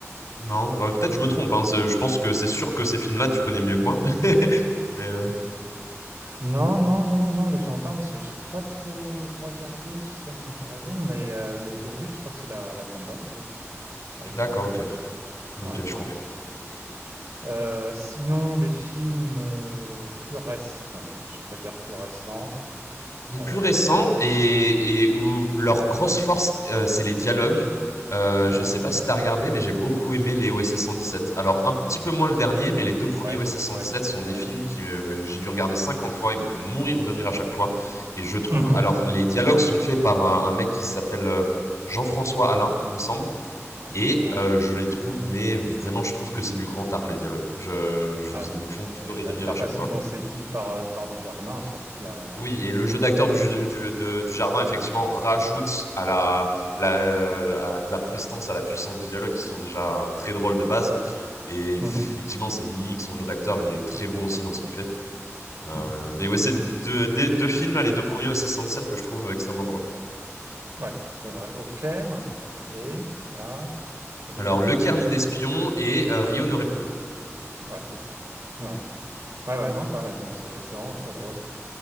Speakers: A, on the left; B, on the right.
A: Non, Ouais, peut-être
B: Ah, ça
A: je me trompe.
B: me dit rien.
A: Hein. C'est- Je pense que c'est sûr que ces films-là, tu connais mieux que moi. <laughs> Mais, euh,
B: Non, non, non, non, Les Gendarmes, c'est j'ai pas trop regardé, tu sais, en comparaison, mais heu, mais Bourvil, je crois que c'est La La Grande Vadrouille avec
A: D'accord,
B: Bourvil.
A: ok. Donc
B: Ouais,
A: je
B: ouais.
A: confonds.
B: Heu, sinon des films, heu, plus récents. bon, enfin, je vais pas dire plus récents.
A: Les
B: Heu,
A: plus récents
B: il y en a un
A: et et
B: ouais.
A: où leur grosse force, heu, c'est les dialogues. Heu, je
B: Ouais.
A: sais pas si t'as regardé, mais j'ai beaucoup aimé les OSS 117. Alors un petit peu moins le dernier, mais les deux
B: Ouais,
A: premiers OSS 117
B: ouais.
A: sont des
B: Ouais,
A: films
B: ouais.
A: qui, heu, j'ai dû regarder 50 fois. Ils me font mourir de rire à chaque fois et je trouve
B: Mmh
A: alors les dialogues sont faits par un un mec qui s'appelle, heu, Jean-François Alain, il me semble
B: Ouais,
A: et
B: ouais.
A: heu, je les trouve mais vraiment, je trouve que c'est du grand art les dialogues. Je je
B: Ah oui,
A: ils me font
B: oui,
A: pleurer
B: mais la
A: de rire
B: la
A: à chaque
B: façon
A: fois.
B: dont c'est dit par, heu, par du jardin, surtout la
A: Oui et le jeu d'acteur
B: la
A: de ju
B: dé
A: du de Dujardin
B: ouais,
A: effectivement rajoute
B: on
A: à la la, heu, à de la prestance, à la puissance des dialogues qui sont déjà très drôles de base
B: ouais.
A: et effectivement
B: Mmh mh.
A: ses mimiques, son jeu d'acteur, il est très bon aussi dans ce qu'il fait. Heu,
B: Mmh Absolument,
A: mais ouais, c'est
B: ouais.
A: 2 des 2 films là, les 2 premiers OSS 117 que je trouve extrêmement drôles.
B: Ouais, c'est vrai. Au Caire et à Rio,
A: Alors Le
B: non?
A: Carnet d'espions et heu, Rio ne répond plus.
B: Ouais, c'est ça. Ouais. Ouais, ouais, non, t'as raison, c'est c'est vraiment très drôle.